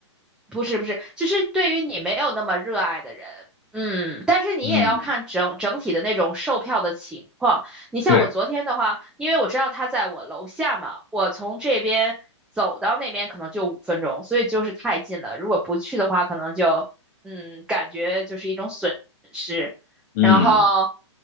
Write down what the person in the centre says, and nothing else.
不是不是，就是对于你没有那么热爱的人，嗯，但是你也要看整整体的那种售票的情况。
你像我昨天的话，
因为我知道他在我楼下嘛，我从这边走到那边可能就五分钟，所以就是太近了。如果不去的话，可能就嗯，感觉就是一种损失。
然后，